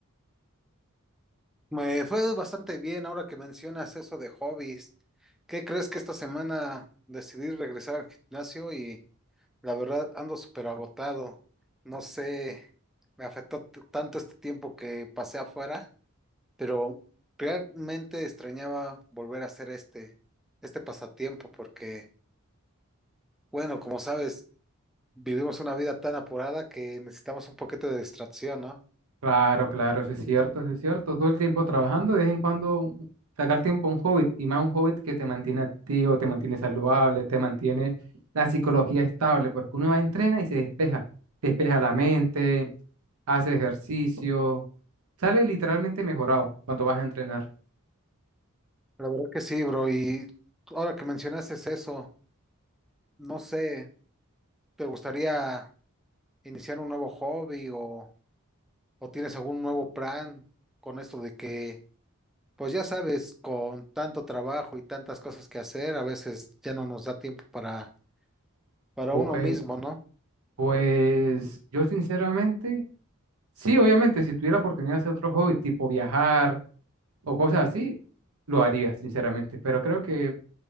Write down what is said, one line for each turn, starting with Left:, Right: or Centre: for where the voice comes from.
Centre: Me fue bastante bien ahora que mencionas eso de hobbies. ¿Qué crees que esta semana decidí regresar al gimnasio y la verdad ando súper agotado? No sé, me afectó t- tanto este tiempo que pasé afuera. pero realmente extrañaba volver a hacer este, este pasatiempo porque, bueno, como sabes, vivimos una vida tan apurada que necesitamos un poquito de distracción, ¿no?
Right: Claro, claro, eso es cierto, eso es cierto. Todo el tiempo trabajando, de vez en cuando sacar tiempo a un hobby y más un hobby que te mantiene activo, te mantiene saludable, te mantiene la psicología estable, porque uno va, entrena y se despeja, despeja la mente, hace ejercicio, sale literalmente mejorado cuando vas a entrenar.
Centre: La verdad que sí, bro, y ahora que mencionaste eso, no sé, ¿te gustaría iniciar un nuevo hobby o, o tienes algún nuevo plan con esto de que, pues ya sabes, con tanto trabajo y tantas cosas que hacer, a veces ya no nos da tiempo para, para
Right: Pues,
Centre: uno mismo, ¿no?
Right: pues yo sinceramente, sí, obviamente, si tuviera la oportunidad de hacer otro hobby, tipo viajar o cosas así, lo haría, sinceramente, pero creo que